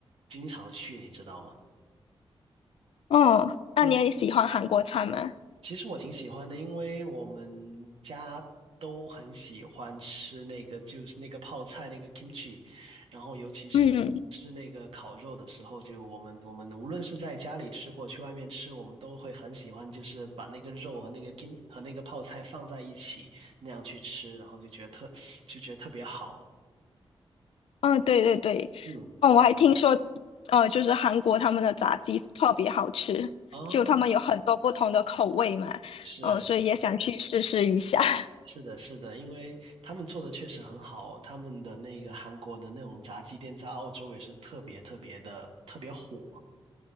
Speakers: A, on the right; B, on the left.
A: 经常去，你知道吗？
B: 哦，那你也喜欢韩国菜吗？
A: 嗯。其实我挺喜欢的，因为我们家都很喜欢吃那个，就是那个泡菜那个 kimchi，然后尤其是吃那个烤肉的时候，
B: 嗯。
A: 就我们我们无论是在家里吃或去外面吃，我们都会很喜欢，就是把那个肉和那个 kim 和那个泡菜放在一起那样去吃，然后就觉得特就觉得特别好。
B: 嗯，对对对，
A: 嗯
B: 哦，我还听说，呃，就是韩国他们的炸鸡特别好吃，
A: 啊，
B: 就他们有很多不同的口味嘛，
A: 是。
B: 嗯、所以也想去试试一下。<laughs>
A: 是的，是的，因为他们做的确实很好，他们的那个韩国的那种炸鸡店在澳洲也是特别特别的特别火，